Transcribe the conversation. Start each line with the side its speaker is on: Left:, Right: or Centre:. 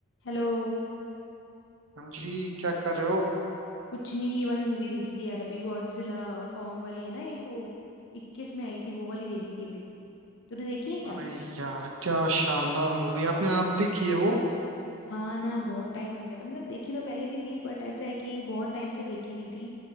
Left: Hello
Right: हाँ जी क्या कर रहे हो
Left: कुछ नहीं ये वाली मूवी देखी थी यार अभी गॉडजिला और कॉन्ग वाली है ना एक वो इक्कीस में आई थी वो वाली देखी थी अभी तूने देखी है क्या
Right: अरे यार क्या शानदार मूवी आपने आप देखी है वो
Left: हाँ ना बहुत टाइम हो गया था मतलब देखी तो पहले भी थी बट ऐसा है कि बहुत टाइम से देखी नहीं थी